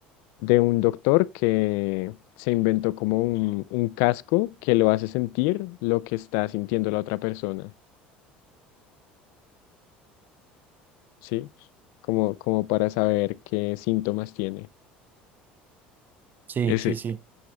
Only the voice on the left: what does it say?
de un doctor que se inventó como un, un casco que lo hace sentir lo que está sintiendo la otra persona. ¿sí? Como, como para saber qué síntomas tiene.
Ese,